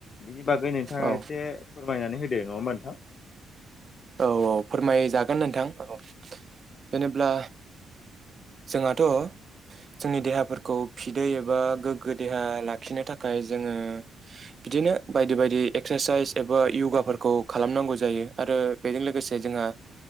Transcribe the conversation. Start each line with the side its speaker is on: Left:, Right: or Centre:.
Left: बिनि बागै नोंथाङा
Right: औ
Left: एसे फोरमायनानै होदो नङा होमबा नोंथां।
Right: औ औ फोरमायजागोन नोंथां औ जेनेब्ला जोंहाथ' जोंनि देहाफोरखौ फिदै एबा गोग्गो देहा लाखिनो थाखाय जोङो बिदिनो बायदि बायदि एक्सारसाइस एबा यगाफोरखौ खालामनांगौ जायो आरो बेजों लोगोसे जोंहा